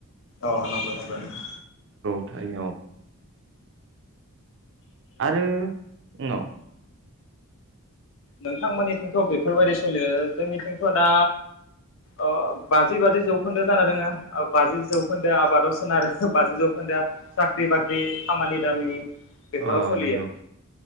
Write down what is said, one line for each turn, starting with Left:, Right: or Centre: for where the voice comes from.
Left: औ नंगो नंगो
Right: जाइगाव आरो उनाव
Left: नोंथांमोननिथिंथ' बेफोरबायदि सोलियो जोंनिथिंथ' दा ओ बाजि बाजि जौखोन्दो जाना दोङो बाजि जौखोन्दो आबादाव सोनारो बाजि जौखोन्दोआ साख्रि बाख्रि खामानि दामि बेफोराव
Right: अ
Left: सोलियो
Right: नंगौ